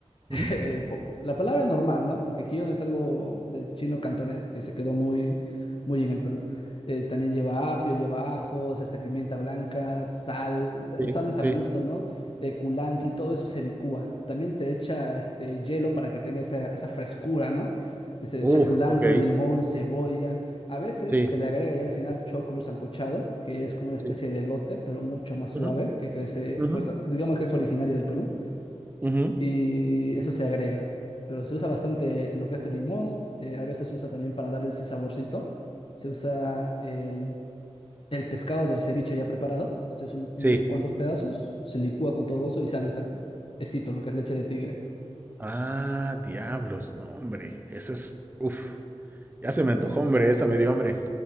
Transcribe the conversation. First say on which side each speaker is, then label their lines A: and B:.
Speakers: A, on the right; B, on the left.
A: Ujú.
B: eh, po- la palabra normal, ¿no? Porque Kion es algo del chino cantonés que se quedó muy, muy en el Perú. Eh, también lleva apio, lleva ajos, este, pimienta blanca, sal,
A: Sí.
B: eh, sal es
A: Sí.
B: a gusto, ¿no? Eh, culantro y todo eso se licúa. También se echa este, hielo para que tenga esa, esa frescura, ¿no? Se
A: Uf,
B: echa culantro,
A: ok.
B: limón, cebolla. A veces
A: Sí.
B: se le agrega ya al final choclo sancochado, que es como una especie
A: Sí.
B: de elote, pero mucho más suave,
A: Ujú,
B: que crece,
A: ujú,
B: pues digamos que es originario de Perú
A: ujú.
B: y eso se agrega. Pero se usa bastante eh, lo que es el limón, eh, a veces se usa también para darle ese saborcito. Se usa el, el pescado del ceviche ya preparado, se usan unos
A: Sí.
B: cuantos pedazos, se licúa con todo eso y sale esa, esito, lo que es leche de tigre.
A: Ah, diablos, no, hombre. Eso es. Uf. Ya se me antojó, hombre. Esa me dio hambre.